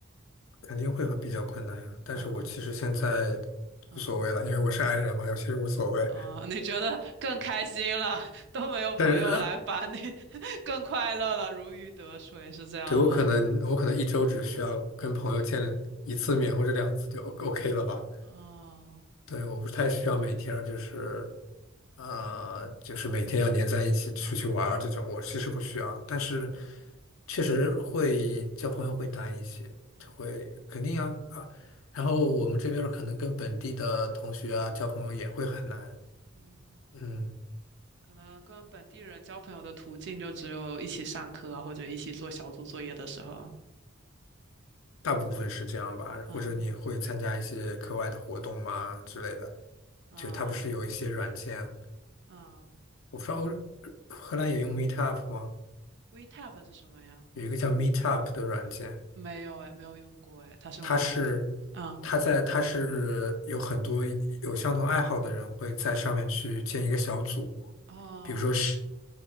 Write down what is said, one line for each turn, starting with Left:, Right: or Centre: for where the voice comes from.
Left: 肯定会很比较困难呀，但是我其实现在
Right: 嗯嗯嗯
Left: 无所谓了，因为我是 i 人嘛，我其实无所谓。
Right: 嗯，<laughs> 你觉得更开心了，<laughs> 都没有朋友来烦你，
Left: 但是，
Right: <laughs> 更快乐了，如鱼得水，是这样吗？
Left: <laughs> 对，我可能我可能一周只需要跟朋友见一次面或者两次就 O OK 了吧？
Right: 哦，
Left: 对，我不太需要每天就是啊、
Right: 跟哦
Left: 就是每天要黏在一起出去玩儿这种，我其实不需要。
Right: 哦
Left: 但是
Right: 哦
Left: 确实会交朋友会难一些，
Right: 哦
Left: 就会肯定啊啊。然后我们这边儿可能跟本地的同学啊交朋友也会很难。
Right: 嗯。
Left: 嗯，
Right: 可能跟本地人交朋友的途径就只有一起上课啊，或者一起做小组作业的时候。
Left: 大部分是这样吧，
Right: 嗯
Left: 或者你会参加一些课外的活动吗之类的？
Right: 嗯
Left: 就它不是有一些软件，
Right: 嗯，
Left: 我不知道欧
Right: 我
Left: 荷兰也用 Meetup 吗？
Right: WeTap 是什么呀？
Left: 有一个叫 Meetup 的软件，
Right: 没有哎，没有用过哎，它是用来，
Left: 它是
Right: 嗯
Left: 它在它是有很多有相同爱好的人会在上面去建一个小组，
Right: 哦
Left: 比如说摄